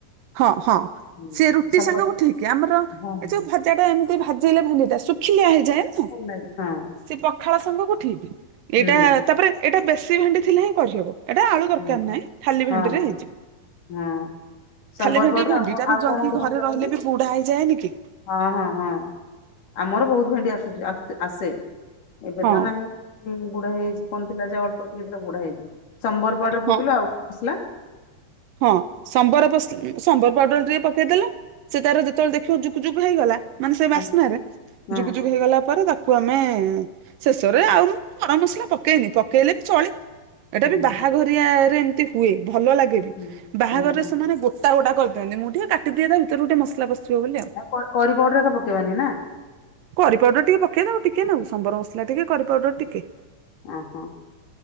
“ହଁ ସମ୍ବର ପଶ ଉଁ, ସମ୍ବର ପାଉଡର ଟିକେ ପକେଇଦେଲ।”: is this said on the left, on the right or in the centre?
Right